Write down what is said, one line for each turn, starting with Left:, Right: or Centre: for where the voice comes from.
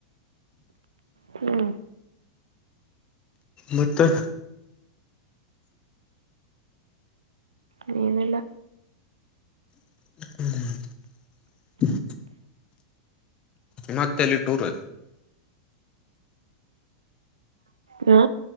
Right: ಹ್ಮ
Left: ಮತ್ತುತ್ತೆ
Right: ನೀನಲ್ಲ
Left: ಹ್ಮ್ ಇಮತ್ತಲಿ ಟೂರ್
Right: ಹಾ